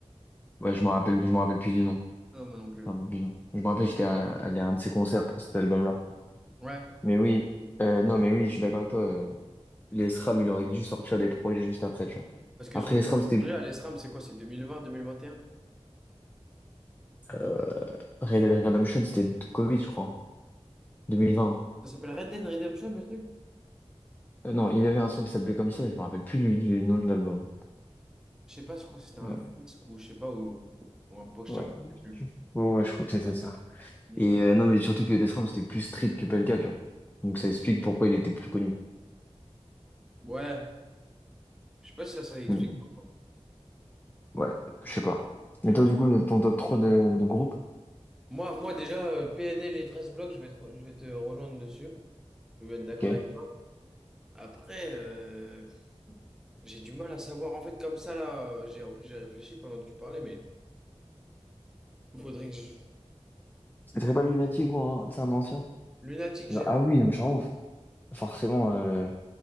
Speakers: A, on the left (about 15°); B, in the centre.
A: Ouais, je me rappelle, je me rappelle plus du nom.
B: Non, moi non plus.
A: Je me rappelle plus du nom. Je me rappelle, j'étais à, allé à un de ses concerts pour cet album-là.
B: Ouais.
A: Mais oui, euh, non, mais oui, je suis d'accord avec toi. euh, les SRAM, il aurait dû sortir des projets juste après, tu vois.
B: Parce que
A: Après
B: son premier
A: les SRAM, c'était
B: projet à l'ESRAM, c'est quoi? C'est deux deux mille mille vingt deux mille vingt et un.
A: euh, Red Dead Redemption, c'était Covid, je crois, 2020.
B: Ça s'appelle Red Dead Redemption, le truc?
A: Euh, non, il avait un son qui s'appelait comme ça, mais je me rappelle plus du, du nom de l'album.
B: Je sais pas, je crois que c'était un
A: Ouais,
B: disque ou je sais pas, ou, ou un poster,
A: ouais.
B: je sais plus.
A: Je- ouais, je crois que c'était ça.
B: Hmm.
A: Et euh, non, mais surtout que Death Ram, c'était plus street que Pelka, tu vois. Donc ça explique pourquoi il était plus connu.
B: Ouais, je sais pas si ça, ça explique.
A: Hmm,
B: par contre.
A: Ouais, je sais pas.
B: Hmm.
A: Et toi, du coup, ton top 3 de, de groupe,
B: Moi, moi, déjà, euh, PNL et 13 blocs, je vais te, re- je vais te rejoindre dessus. Je vais être d'accord
A: ok.
B: avec toi. Après, euh, pff, j'ai du mal à savoir. En fait, comme ça, là, euh, j'ai, en plus, j'ai réfléchi pendant que tu parlais, mais il faudrait que je...
A: Ce serait pas Lunatic ou un, c'est un ancien?
B: Lunatique,
A: Genre,
B: j'aime.
A: ah oui, mais je suis en ouf. Forcément, euh,